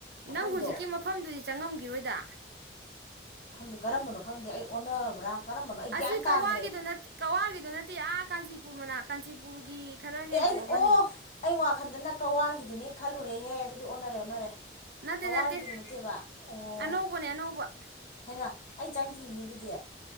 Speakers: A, on the left (about 40°); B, on the right (about 60°).
A: ꯃꯐꯝꯗꯣ
B: ꯅꯪ ꯍꯧꯖꯤꯛꯀꯤ ꯃꯐꯝꯗꯨꯗꯤ ꯆꯪꯉꯝꯈꯤꯔꯣꯏꯗ
A: ꯈꯪꯗꯦ ꯀꯔꯝꯕꯅꯣ ꯈꯪꯗꯦ ꯑꯩ ꯑꯣꯟꯅꯕ꯭ꯔꯥ ꯀꯔꯝꯕꯅꯣ ꯑꯩ
B: ꯑꯁꯤ
A: ꯒ꯭ꯌꯥꯟ
B: ꯀꯋꯥꯒꯤꯗꯣ
A: ꯇꯥꯗ꯭ꯔꯦ
B: ꯀꯋꯥꯒꯤꯗꯣ ꯅꯠꯇꯦ ꯑꯥ ꯀꯥꯟꯆꯤꯄꯨꯔ ꯃꯅꯥꯛꯇ ꯀꯥꯟꯆꯤꯄꯨꯔꯒꯤ ꯈꯔ ꯍꯦꯟꯇꯣꯛꯑꯒꯅꯦ
A: ꯑꯦ ꯑꯩꯅ ꯑꯣ ꯑꯩ ꯋꯥꯈꯟꯗꯅ ꯀꯛꯋꯥꯒꯤꯗꯨꯅꯤ ꯈꯜꯂꯣ ꯅꯩꯍꯦ ꯑꯗꯨꯗꯤ ꯑꯣꯟꯅꯔꯦ ꯑꯣꯟꯅꯔꯦ
B: ꯅꯠꯇꯦ
A: ꯀꯛꯋꯥꯒꯤꯗꯨ
B: ꯅꯠꯇꯦ
A: ꯅꯠꯇꯦꯕ ꯑꯣ
B: ꯑꯅꯧꯕꯅꯦ ꯑꯅꯧꯕ
A: ꯑꯩꯅ ꯆꯪ ꯊꯦꯡꯅꯤꯅꯦ ꯑꯗꯨꯗꯤ